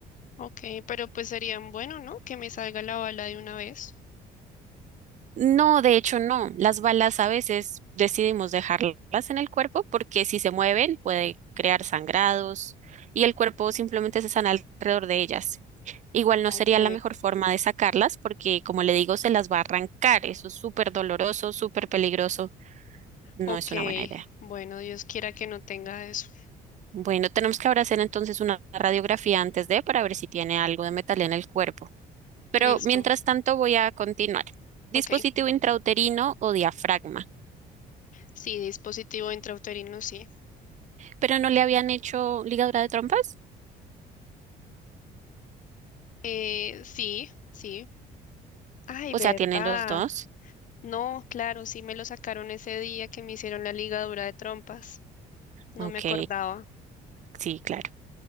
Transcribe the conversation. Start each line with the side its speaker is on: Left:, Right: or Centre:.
Left: Ok, pero pues sería bueno, ¿no? Que me salga la bala de una vez.
Right: No, de hecho no. Las balas a veces decidimos dejarlas en el cuerpo porque si se mueven puede crear sangrados y el cuerpo simplemente se sana alrededor de ellas. Igual no sería
Left: Ok,
Right: la mejor forma de sacarlas porque, como le digo, se las va a arrancar. Eso es súper doloroso, súper peligroso. No
Left: ok.
Right: es una buena idea.
Left: Bueno, Dios quiera que no tenga eso.
Right: Bueno, tenemos que ahora hacer entonces una radiografía antes de para ver si tiene algo de metal en el cuerpo. Pero
Left: Listo.
Right: mientras tanto voy a continuar. Dispositivo
Left: Ok.
Right: intrauterino o diafragma.
Left: Sí, dispositivo intrauterino, sí.
Right: Pero no le habían hecho ligadura de trompas.
Left: Eh, sí, sí. Ay,
Right: O
Left: verdad.
Right: sea, tiene los dos.
Left: No, claro, sí me lo sacaron ese día que me hicieron la ligadura de trompas. No
Right: Ok,
Left: me acordaba.
Right: sí, claro.